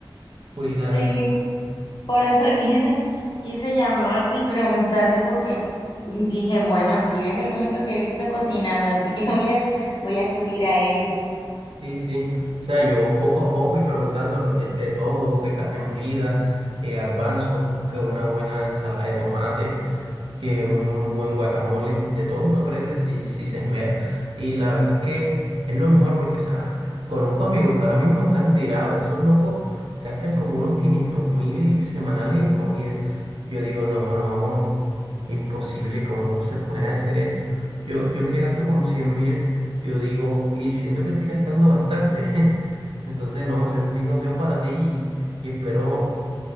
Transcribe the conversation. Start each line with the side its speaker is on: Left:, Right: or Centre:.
Right: culinario.
Left: Sí, por eso <laughs> quise, quise llamarte y preguntarte porque dije, bueno, Steve es el único que he visto cocinando, así que <laughs> voy a, voy a acudir a él.
Right: Sí, sí. O sea, yo poco a poco y preguntando aprendí a hacer de todo, que carne molida, que garbanzo, que una buena ensalada de tomate que un buen guacamole, de todo uno aprende si, si se esmera. Y la verdad es que es lo mejor porque, o sea, conozco amigos que ahora mismo están tirados, esos locos gastan como unos quinientos mil semanales en comida. Yo digo, no, no, imposible, ¿cómo se puede hacer esto? Yo, yo que gasto como cien mil, yo digo, y siento que estoy gastando bastante. <laughs> Entonces, no, ese es mi consejo para ti y, y espero.